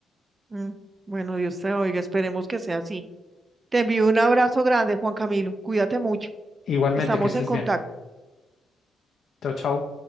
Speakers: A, on the right; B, on the left.
A: Mm, Bueno, Dios te oiga, esperemos que sea así. Te envío un abrazo grande, Juan Camilo. Cuídate mucho.
B: Igualmente,
A: Estamos
B: que estés
A: en contacto.
B: bien. Chao, chao.